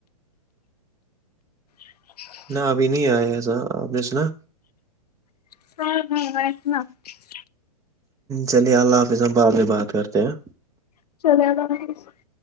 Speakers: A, on the left; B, on the right.
A: <unintelligible>
B: نہ ابھی نہیں آیے ہے ایسا آپ نے سنا
A: <unintelligible>
B: چلیے اللہ حافظ آباد میں بات کرتے ہیں
A: <unintelligible>